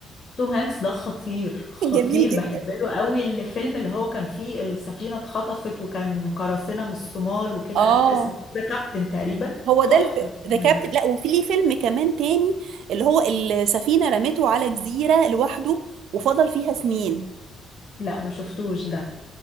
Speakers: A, on the left; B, on the right.
A: توم هانكس ده خطير خطير
B: <laughs> جميل جدا
A: بحب له قوي الفيلم اللي هو كان فيه السفينة اتخطفت وكان قراصنة من الصومال وكده
B: اه
A: اس- ذا كابتن تقريبا
B: هو ده
A: تحفة الفيلم
B: ذا كابتن
A: ده
B: لا وفي ليه فيلم كمان تاني اللي هو السفينه رمته على جزيره لوحده وفضل فيها سنين
A: لا ما شفتوش ده